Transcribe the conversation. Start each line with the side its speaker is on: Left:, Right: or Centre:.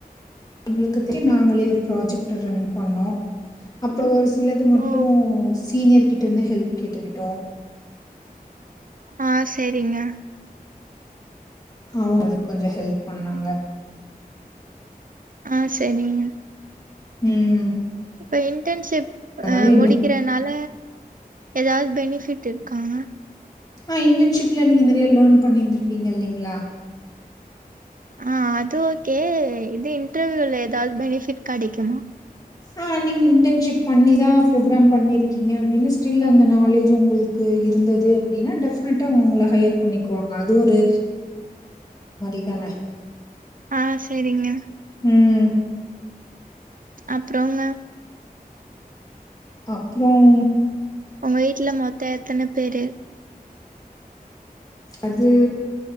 Left: ங்களுக்கு நாங்களே ஒரு ப்ராஜெக்ட் அ ரன் பண்ணோ அப்றோ ஒரு சிலது மட்டு
Right: ஓ
Left: சீனியர் கிட்ட இருந்து ஹெல்ப் கேட்டுக்கிட்டோ
Right: ஆ சேரிங்க
Left: அவங்க அதுக்கு கொஞ்ஜோ ஹெல்ப் பண்ணாங்க
Right: ஆ சரிங்க
Left: ம்
Right: இப்ப இன்டன்ஷிப்
Left: அதனால
Right: ஆ
Left: இந்த
Right: முடிக்கறனால எதாவது பெனி ஃபிட்டு இருக்காங்க
Left: ஆ இன்டன்ஷிப்ல நீங்க நெறைய லேர்ன் பண்ணியிருந்திருப்பீங்க இல்லைங்களா
Right: ஆ அது ஓகே இது இன்ர்வியூல எதாவது பெனிஃபிட் கடைக்குமா
Left: ஆ நீங்க இன்டன்ஷிப் பண்ணிதா ப்ரோக்ராம் பண்ணிருக்கீங்க அப்டின்னு ஸ்டில் அந்த நாலேஜ் உங்களுக்கு இருந்தது அப்டின்னா டெஃப்னட்டா அவங்க உங்கள ஹையர் பண்ணிக்குவாங்க அது ஒரு இதாங்க
Right: ஆ செரிங்க
Left: ம்
Right: அப்றோங்க
Left: அப்புறம்
Right: ஒங்க வீட்ல மொத்தோ எத்தன பேரு
Left: அது